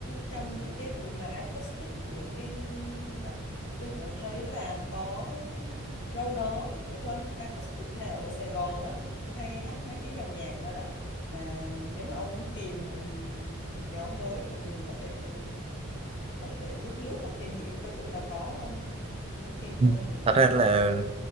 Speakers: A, on the left; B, on the right.
A: trong những cái buổi mà acoustic những cái không ta tôi cũng thấy là có đâu đó cái cái quán acoustic nào ở Sài Gòn á tôi cũng hay hát mấy cái dòng nhạc đó đó mà nếu mà ông muốn tìm một nhóm mới thì có thể có thể lướt lướt hoặc tìm hiểu coi thử là có không muốn tìm
B: Ừ.
A: cho mình một
B: Thật
A: cái
B: ra là